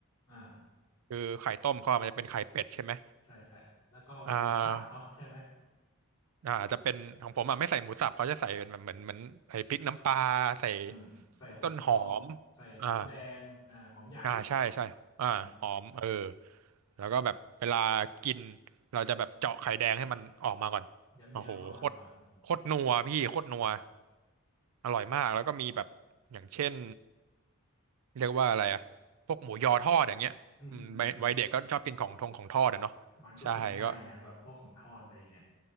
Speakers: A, on the left (about 20°); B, on the right (about 80°).
A: อ่า
B: คือไข่ต้มเขาอะมันจะเป็นไข่เป็ดใช่ไหม
A: ใช่ใช่แล้วก็หมูสับเนาะใช่ไหม
B: อ่าอ่าจะเป็นของผมอ่ะไม่ใส่หมูสับเขาจะใส่เป็นแบบเหมือนเหมือนใส่พริกน้ำปลาใส่
A: อืมใส่หหอกใส่หอมแดงอ่าหอมใหญ่
B: ต้นหอมอ่า อ่าใช่ใช่อ่าหอมเออ
A: อืม
B: แล้วก็แบบเวลากินเราจะแบบเจาะไข่แดงให้มันออกมาก่อนโอ้โหโคตรโคตรนัวพี่โคตรนัว
A: เยิ้มๆออกมาก่อนอืมอ่า
B: อร่อยมากแล้วก็มีแบบอย่างเช่นเรียกว่าอะไรอะพวกหมูยอทอดอย่างเงี้ยอืมวัยวัยเด็กก็ชอบกินของทงของทอดอะเนาะใช่ก็
A: อืมอืมอืมมันก็กินง่ายอ่ะแบบพวกของทอดอะไรเงี้ย